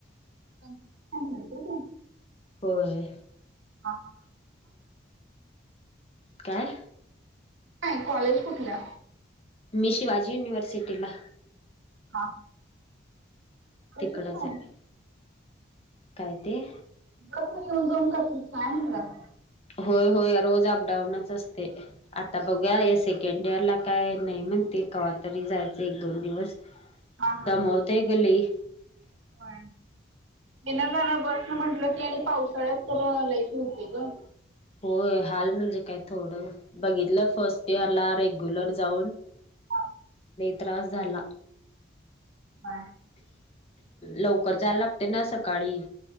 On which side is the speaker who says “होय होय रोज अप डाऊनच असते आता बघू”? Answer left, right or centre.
Left